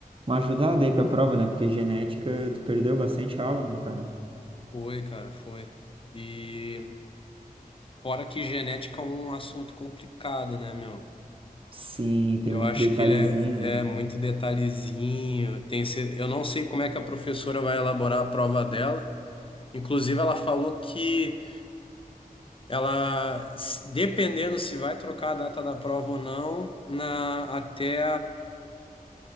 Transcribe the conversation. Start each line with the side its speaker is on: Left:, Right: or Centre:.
Right: uma ajudada aí pra prova, né? Porque genética tu perdeu bastante aula, né, cara?
Left: Foi, cara, foi. E Fora que genética é um assunto complicado, né, meu?
Right: Sim, tem
Left: Eu
Right: muito
Left: acho
Right: detalhezinho,
Left: que ele é,
Right: né?
Left: é muito detalhezinho. Tem, cer- eu não sei como é que a professora vai elaborar a prova dela. Inclusive, ela falou que ela, se- dependendo se vai trocar a data da prova ou não, na, até